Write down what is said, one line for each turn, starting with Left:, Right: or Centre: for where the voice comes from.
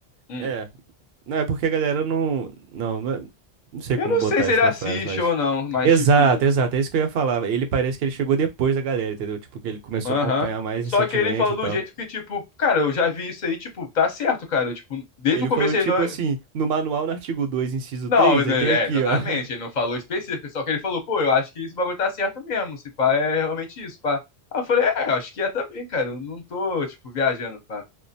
Left: hum,
Right: É. Não, é porque a galera não. Não, não, é- não sei
Left: eu
Right: como
Left: não
Right: botar
Left: sei se
Right: isso
Left: ele assiste
Right: na frase, mas.
Left: ou não, mas,
Right: Exato,
Left: tipo,
Right: exato. É isso que eu ia falar. Ele parece que ele chegou depois da galera, entendeu? Tipo, que ele começou
Left: aham.
Right: a acompanhar mais
Left: Só
Right: recentemente
Left: que ele falou
Right: e
Left: do
Right: tal.
Left: jeito que, tipo, cara, eu já vi isso aí, tipo, tá certo, cara, tipo, desde
Right: Ele
Left: o começo
Right: falou
Left: ele
Right: tipo
Left: não,
Right: assim, no manual, no artigo 2 inciso
Left: Não,
Right: 3
Left: ele-
Right: aí tem
Left: é,
Right: aqui,
Left: exatamente.
Right: ó. <laughs>
Left: Ele não falou específico, só que ele falou, pô, eu acho que isso bagulho tá certo mesmo. Se pá, é realmente isso, pá. Aí eu falei, é, eu acho que é também, cara. Eu não tô, tipo, viajando, pá.